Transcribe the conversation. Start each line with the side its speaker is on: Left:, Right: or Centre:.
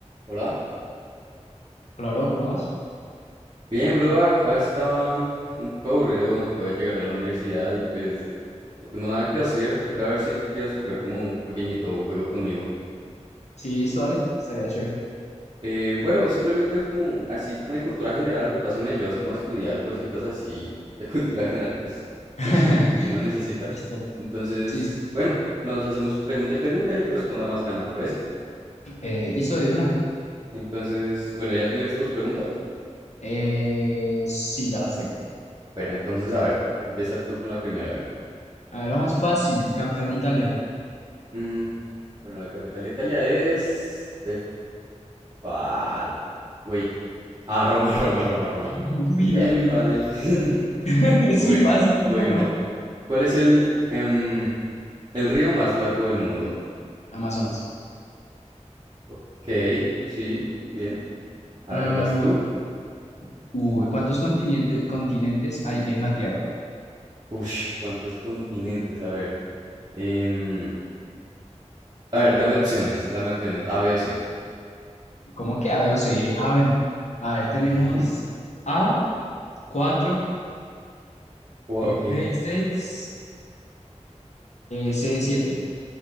Right: Hola.
Left: Hola, bro, ¿cómo vas?
Right: Bien, bro, acá estaba <laughs> un poco aburrido, acabo de llegar de la universidad y pues no tengo nada que hacer. Era a ver si tú querías jugar como un pequeñito juego conmigo.
Left: Sí, listo, dale, estaría chévere.
Right: Eh, bueno, simplemente es como así como de cultura general, de paso me ayudas como a estudiar cositas así de <laughs> cultura general, pues conocimientos
Left: <laughs>
Right: que uno necesita.
Left: Listo,
Right: Entonces,
Left: sí, sí.
Right: bueno, nos hacemos pregunta y pregunta y el que responda más gana, ¿te parece?
Left: Eh, listo, de una.
Right: Entonces, bueno, ya tienes tus preguntas.
Left: Eh, sí, ya las tengo.
Right: Bueno, entonces a ver, empieza tú con la primera, a ver.
Left: A ver, la más fácil, capital de Italia.
Right: Mm, Bueno, la capital de Italia es. eh, fa- Wait. Ah, Roma, <laughs> Roma, Roma, Roma.
Left: <laughs> Uy,
Right: Bien,
Left: uy,
Right: fácil.
Left: uy.
Right: <laughs>
Left: <laughs>
Right: Bueno,
Left: Sí, fácil,
Right: voy
Left: ¿cómo no?
Right: una. ¿Cuál es el, em, el río más largo del mundo?
Left: Amazonas.
Right: Ok, sí, bien. A
Left: Ah,
Right: ver, ¿vas tú?
Left: uy, ¿cuántos continentes, continentes hay en la Tierra?
Right: Ush, ¿cuántos continentes? A ver. em, a ver, dame opciones, dame opciones. A, B o C.
Left: ¿Cómo que A, B o C? Ah, bueno. A ver, tenemos
Right: <laughs>
Left: A, 4,
Right: Cu- Ok,
Left: B, 6, C, 7,